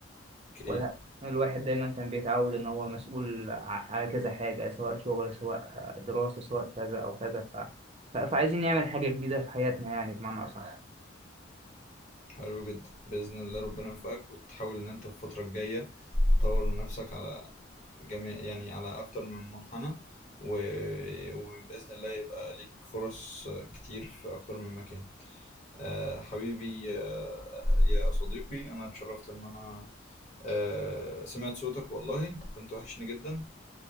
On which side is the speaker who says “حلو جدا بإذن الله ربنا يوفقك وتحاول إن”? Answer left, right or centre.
Left